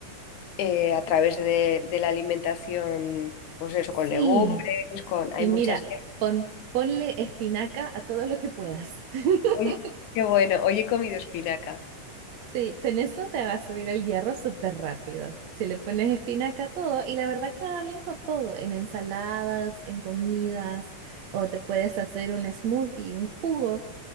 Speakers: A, on the left; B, on the right.
A: eh, a través de, de la alimentación, pues eso,
B: sí.
A: con legumbres, con... Hay
B: Y
A: muchas...
B: mira, pon, ponle espinaca a todo lo que puedas. <laughs>
A: Hoy, qué bueno, hoy he comido espinaca.
B: Sí, con eso te va a subir el hierro súper rápido. Si le pones espinaca a todo, y la verdad queda bien con todo, en ensaladas, en comidas, o te puedes hacer un smoothie, un jugo,